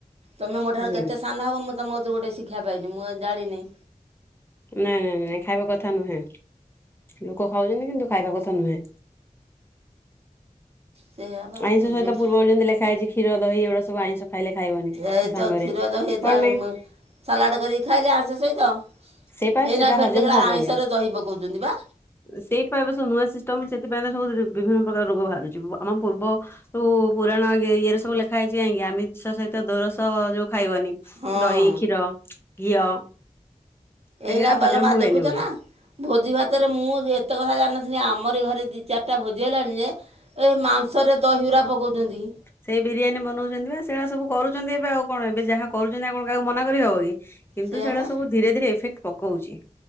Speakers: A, on the right (about 50°); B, on the left (about 15°).
A: ତମେ ମୋ ଠାରୁ
B: ହୁଁ
A: କେତେ ସାନ ହବ ମୁଁ ତମକତୁରୁ ଗୋଟେ ଶିକ୍ଷା ପାଇନି ମୁଁ ଜାଣିନି।
B: ନାଇଁ ନାଇଁ ନାଇଁ ଖାଇବା କଥା ନୁହେଁ ଲୋକ ଖାଉଛନ୍ତି କିନ୍ତୁ ଖାଇବା କଥା ନୁହେଁ।
A: ସେଇଆ ବା
B: ଆଇଁଷ
A: ଯେଉଁ
B: ସହିତ ପୂର୍ବ ଯେମିତି ଲେଖା ହେଇଛି କ୍ଷୀର ଦହି ଏଗୁଡା ଆଇଁସ ଖାଇଲେ ଖାଇବନି।
A: ଏ
B: ସାଙ୍ଗରେ
A: ତ କ୍ଷୀର ଦହି <unintelligible>
B: କଣ ପାଇଁ
A: ସାଲାଡ କରିକି ଖାଇଲେ ଆସ ସହିତ।
B: ସେଇ ପା
A: ଏଇନା
B: ସେଟା
A: ଫେର
B: ହଜମ
A: ଦେଖିଲା
B: ହବନି।
A: ଆଇଁଷରେ ଦହି ପକଉଛନ୍ତି ବା।
B: ସେଇପା ଏବେ ସବୁ ନୂଆ ସିଷ୍ଟମ ସେଥିପାଇଁ ତ ସବୁ ବିଭିନ୍ନ ପ୍ରକାର ରୋଗ ବାହାରୁଛି ଆମ ପୂର୍ବ ଜୁ ପୁରାଣ ଇଏରେ ସବୁ ଲେଖା ହେଇଛି କାଁକି ଆମିଷ ସହିତ ଦୋରସ ଯୋଉ ଖାଇବନି
A: ହଁ।
B: ଦହି, କ୍ଷୀର, ଘିଅ। କାହିଁକି
A: ଏଇନା
B: ଏଟା ହଜମ
A: ବାଲ ମା
B: ହୁଏନି
A: ଦେଖୁଛ
B: ବୋଲି
A: ନା। ଭୋଜି ଭାତରେ ମୁଁ ଏତେ କଥା ଜାଣିନଥିଲି ଆମରି ଘରେ ଦୁଇ ଚାରିଟା ଭୋଜି ହେଲାଣି ଯେ ଏ ମାଂସରେ ଦହିଗୁରା ପକାଉଛନ୍ତି।
B: ସେଇ ବିରିୟାନୀ ବନଉଛନ୍ତି ବା ସେଇଭଳିଆ ସବୁ କରୁଛନ୍ତି ଏବେ ଆଉ କଣ ଏବେ ଯାହା କରୁଛନ୍ତି ଆଉ କଣ କାହାକୁ ମନା କରିହବ କି। କିନ୍ତୁ
A: ସେଇଆ
B: ସେଇଟା
A: ବା
B: ସବୁ ଧୀରେ ଧୀରେ ଇଫେକ୍ଟ ପକଉଛି।